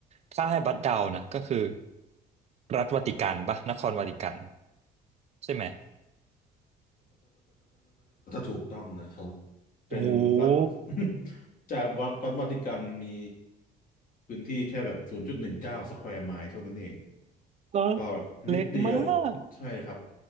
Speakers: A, on the right; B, on the left.
A: ถ้าให้บัดเดานะก็คือรัฐวาติกันป่ะนครวาติกันใช่ไหม
B: ถูกต้องนะครับเป็นรัฐ
A: โอ้โห
B: <laughs> จากวัดรัฐวาติกันมีพื้นที่แค่แบบศูนย์จุดหนึ่งเก้าสแควร์ไมล์เท่านั้นเอง
A: เหรอ
B: ก็นิดเดียว
A: เล็กมาก
B: ใช่ครับ